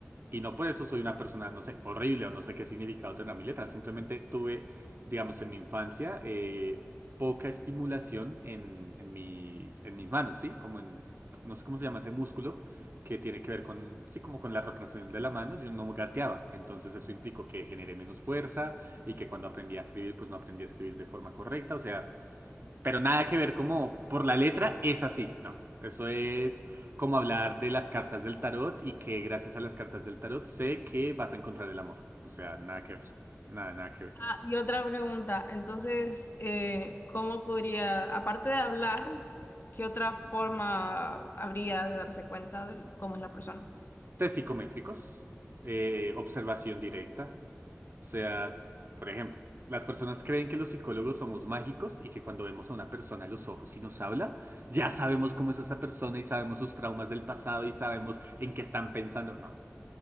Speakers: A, on the right; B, on the left.
A: Y no por eso soy una persona, no sé, horrible o no sé qué significado tendrá mi letra. Simplemente tuve, digamos, en mi infancia, eh, poca estimulación en, en mis, en mis manos, ¿sí? Como en, no sé cómo se llama ese músculo que tiene que ver con, sí, como con la rotación de la mano. Yo no gateaba. Entonces eso implicó que generé menos fuerza y que cuando aprendí a escribir, pues no aprendí a escribir de forma correcta. O sea, pero nada que ver como por la letra es así, no. Eso es como hablar de las cartas del tarot y que gracias a las cartas del tarot sé que vas a encontrar el amor. O sea, nada que ver. Nada, nada que ver.
B: ah, y otra pregunta, entonces, eh, ¿cómo podría, aparte de hablar, qué otra forma habría de darse cuenta de cómo es la persona?
A: Test psicométricos, eh, observación directa. O sea, por ejemplo, las personas creen que los psicólogos somos mágicos y que cuando vemos a una persona a los ojos y nos habla, ya sabemos cómo es esa persona y sabemos sus traumas del pasado y sabemos en qué están pensando. No.